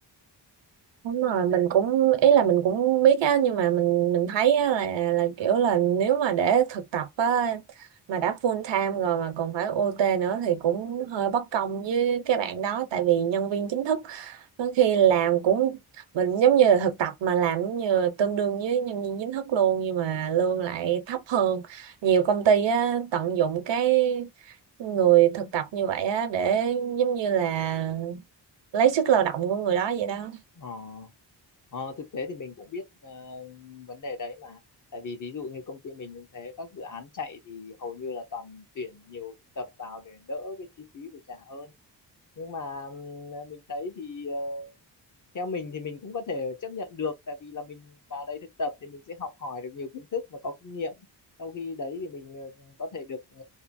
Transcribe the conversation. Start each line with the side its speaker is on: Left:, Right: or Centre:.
Right: Đúng rồi, mình cũng ý là mình cũng biết á nhưng mà mình mình thấy á, là là kiểu là nếu mà để thực tập á mà đã full time rồi mà còn phải OT nữa thì cũng hơi bất công với các bạn đó tại vì nhân viên chính thức đôi khi làm cũng mình giống như là thực tập mà làm giống như tương đương với nhân viên chính thức luôn nhưng mà lương lại thấp hơn. Nhiều công ty á tận dụng cái người thực tập như vậy á để giống như là lấy sức lao động của người đó vậy đó.
Left: ờ Ờ, thực tế thì mình cũng biết ờ, vấn đề đấy mà tại vì ví dụ như công ty mình cũng thế các dự án chạy thì hầu như là toàn tuyển nhiều thực tập vào để đỡ cái chi phí phải trả hơn nhưng mà ừm, mình thấy thì ờ, theo mình thì mình cũng có thể chấp nhận được tại vì là mình vào đây thực tập thì mình sẽ học hỏi được nhiều kiến thức và có kinh nghiệm sau khi đấy thì mình ờ, có thể được ờ,